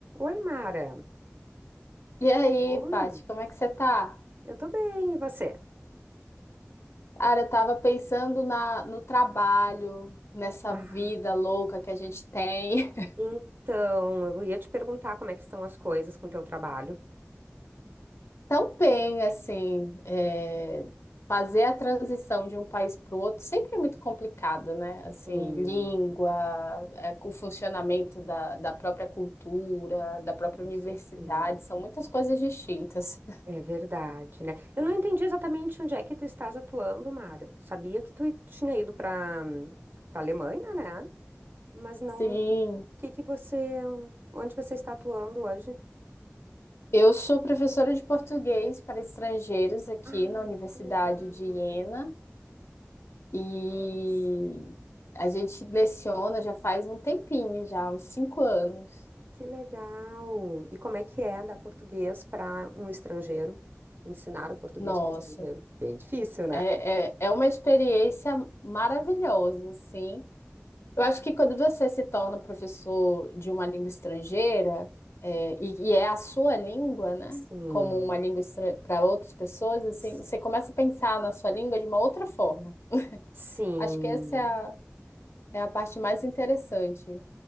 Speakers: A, on the right; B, on the left.
A: Oi, Mara.
B: E aí,
A: Bom,
B: Paty, como é que você tá?
A: eu tô bem, e você?
B: Cara, eu tava pensando na, no trabalho, nessa
A: Ah,
B: vida louca que a gente tem.
A: então, eu ia te perguntar como é que estão as coisas com o teu trabalho.
B: <laughs> Tão bem, assim, é, fazer a transição de um país para o outro sempre é muito complicado, né? Assim,
A: Sim,
B: língua, é, com o funcionamento da, da própria cultura, da própria
A: com
B: universidade,
A: certeza.
B: são muitas coisas distintas.
A: É verdade, né? Eu não entendi exatamente onde é que tu estás atuando, Mara. Sabia que tu tinha ido para para Alemanha, né? Mas não,
B: <laughs> Sim,
A: o que que você, onde você está atuando hoje?
B: eu sou professora de português para estrangeiros aqui
A: Ai,
B: na Universidade
A: que legal.
B: de Iena. E
A: Nossa.
B: a gente leciona já faz um tempinho, já, uns cinco anos.
A: Que legal! E como é que é dar português para um estrangeiro? Ensinar o português
B: Nossa,
A: para estrangeiro? Bem difícil, né?
B: é, é, é uma experiência maravilhosa, assim. Eu acho que quando você se torna professor de uma língua estrangeira, é, e, e é a sua língua, né?
A: Sim,
B: Como uma língua para outras pessoas, assim,
A: s-
B: você começa a pensar na sua língua de uma outra forma.
A: sim.
B: Acho que essa é a, é a parte mais interessante.